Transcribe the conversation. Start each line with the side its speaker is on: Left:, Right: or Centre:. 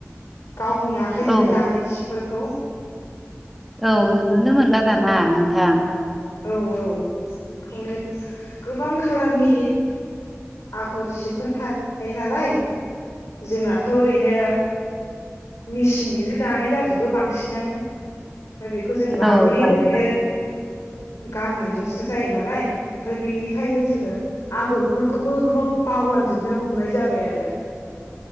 Left: गावनि आखाइजोंनो
Centre: औ
Left: दानाय सिफोरखौ
Centre: औ नुोनो मोनला दाना नोंथां।
Left: औ औ बेखौनो गोबां खालारनि आगर जिबफोर थायो नालाय जोंनाथ' ओरैनो। मेसिनजोंसो दानाय जाजोबो बांसिनानो। ओमफ्राय बेखौ जों लाबोयो
Centre: औ दानिया
Left: ओरैनो गाननायलसो जायो नालाय, ओमफ्राय बेनिखायनो जोङो आगरफोरखौबो गोबां बावलांजोबनो हमनाय जाबाय आरो।